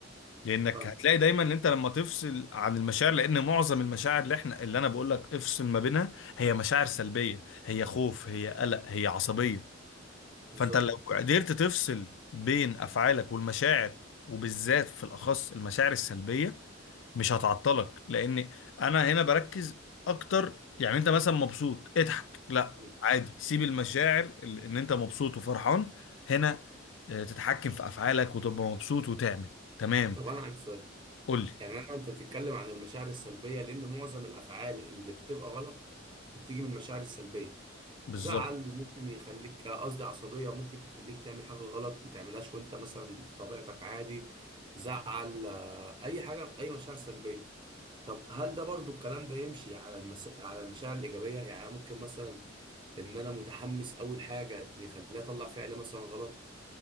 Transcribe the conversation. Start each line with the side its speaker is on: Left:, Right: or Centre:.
Left: لانك
Right: فاهم
Left: هتلاقي دايما ان انت لما تفصل عن المشاعر لان معظم المشاعر اللي احنا اللي انا بقول لك افصل ما بينها هي مشاعر سلبيه هي خوف هي قلق هي عصبيه
Right: بالظبط
Left: فانت لو قدرت تفصل بين افعالك والمشاعر وبالذات في الاخص المشاعر السلبيه مش هتعطلك لان انا هنا بركز اكتر يعني انت مثلا مبسوط اضحك لا
Right: مم.
Left: عادي سيب المشاعر اللي- ان انت مبسوط وفرحان هنا آه، تتحكم في افعالك وتبقى مبسوط وتعمل تمام
Right: طب انا عندي سؤال
Left: قول لي
Right: يعني انا انت بتتكلم عن المشاعر السلبيه لان معظم الافعال اللي بتبقى غلط بتيجي من المشاعر السلبيه
Left: بالظبط
Right: زعل ممكن يخليك آه، قصدي عصبيه ممكن تخليك تعمل حاجه غلط ما تعملهاش وانت مثلا في طبيعتك عادي زعل آه، اي حاجه اي مشاعر سلبيه طب هل ده برضو الكلام ده يمشي على المس... على المشاعر الايجابيه يعني ممكن مثلا ان انا متحمس اول حاجه يخليني اطلع فعل مثلا غلط